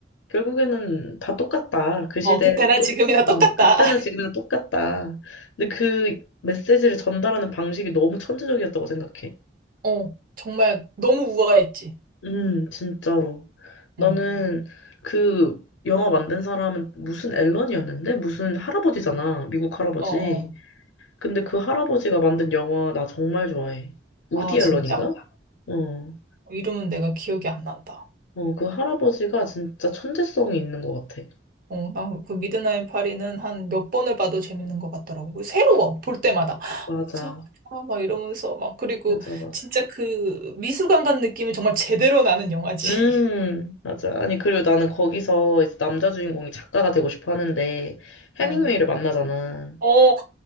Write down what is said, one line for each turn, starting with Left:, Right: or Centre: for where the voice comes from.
Left: 결국에는 다 똑같다. 그
Right: 어,
Left: 시대에는
Right: 그때나
Left: 또
Right: 지금이나 똑같다.
Left: 어, 그때나
Right: <laughs>
Left: 지금이나 똑같다. 근데 그 메시지를 전달하는 방식이 너무 천재적이었다고 생각해.
Right: 어, 정말 너무 우아했지.
Left: 음, 진짜로. 나는
Right: 응.
Left: 그 영화 만든 사람은 무슨 앨런이었는데? 무슨 할아버지잖아. 미국 할아버지.
Right: 어, 어.
Left: 어, 근데 그 할아버지가 만든 영화 나 정말 좋아해. 우디
Right: 아, 진짜?
Left: 어, 앨런인가? 어.
Right: 이름은 내가 기억이 안 난다.
Left: 어, 그 할아버지가 진짜 천재성이 있는 것 같아.
Right: 어, 나 그 미드나잇 파리는 한 몇 번을 봐도 재밌는 것 같더라고. 그 새로워, 볼 때마다. <gasps>
Left: 맞아.
Right: 맞아, 맞아, 막 이러면서 막. 그리고
Left: 맞아, 맞아.
Right: 진짜 그 미술관 간 느낌이 정말 제대로 나는 영화지.
Left: 음,
Right: <laughs>
Left: 맞아. 아니, 그리고 나는 거기서 이제 남자 주인공이 작가가 되고 싶어 하는데, 해밍웨이를
Right: 어.
Left: 만나잖아.
Right: 어, <gasps> 어,